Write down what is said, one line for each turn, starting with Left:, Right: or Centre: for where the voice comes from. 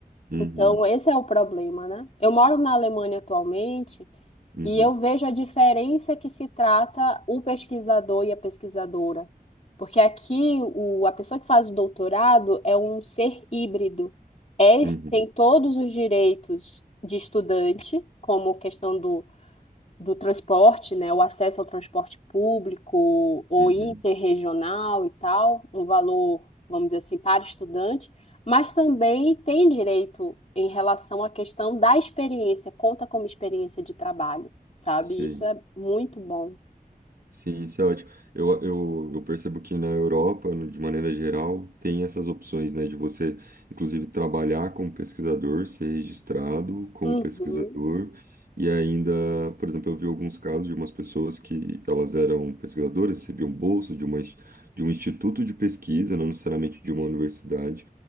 Right: Uhum,
Left: Então, esse é o problema, né? Eu moro na Alemanha atualmente
Right: uhum,
Left: e eu vejo a diferença que se trata o pesquisador e a pesquisadora. Porque aqui o, a pessoa que faz o doutorado é um ser híbrido. É,
Right: uhum,
Left: es- tem todos os direitos de estudante, como questão do transporte, né, o acesso ao transporte público ou
Right: uhum,
Left: interregional e tal, um valor, vamos dizer assim, para estudante, mas também tem direito em relação à questão da experiência, conta como experiência de trabalho, sabe?
Right: sei.
Left: Isso é muito bom.
Right: Sim, isso é ótimo. Eu, eu, eu percebo que na Europa, no- de maneira geral, tem essas opções, né, de você, inclusive, trabalhar como pesquisador, ser registrado como
Left: Uhum,
Right: pesquisador, e ainda, por exemplo, eu vi alguns casos de umas pessoas que elas eram pesquisadoras, recebiam bolsa de uma, ins- de um instituto de pesquisa, não necessariamente de uma universidade,